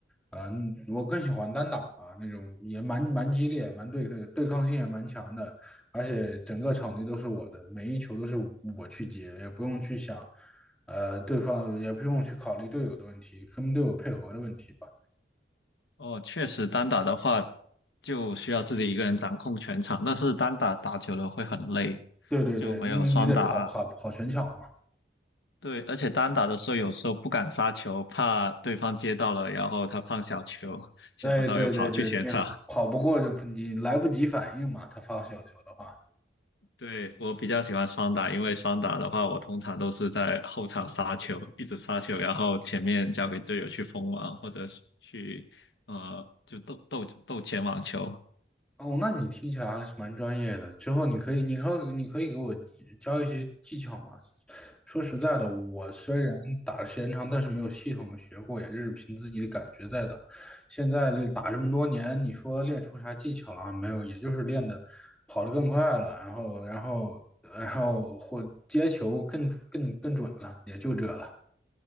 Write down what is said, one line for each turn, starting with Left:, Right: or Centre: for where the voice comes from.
Centre: 啊、我更喜欢单打吧，那种也蛮蛮激烈，蛮对抗对抗性也蛮强的，而且整个场地都是我的，每一球都是我去接，也不用去想，呃，对方也不用去考虑队友的问题，跟队友配合的问题吧。
Left: 哦，确实单打的话，就需要自己一个人掌控全场，但是单打打久了会很累，
Centre: 对对对，
Left: 就没有双打。
Centre: 因为你得跑跑跑全场嘛，
Left: 对，而且单打的时候有时候不敢杀球，怕对方接到了，然后他放小球，接不到又跑去前场。
Centre: 哎，对对对，你跑不过就你来不及反应嘛，他发小球的话。
Left: 对，我比较喜欢双打，因为双打的话，我通常都是在后场杀球，一直杀球，然后前面交给队友去封网，或者是去呃就斗斗斗前网球。
Centre: 哦，那你听起来还是蛮专业的。之后你可以，你可以，你可以给我教一些技巧吗？说实在的，我虽然打的时间长，但是没有系统的学过，也就是凭自己的感觉在打。现在这打这么多年，你说练出啥技巧了啊没有，也就是练的跑得更快了，然后，然后，然后或接球更更更准了，也就这了。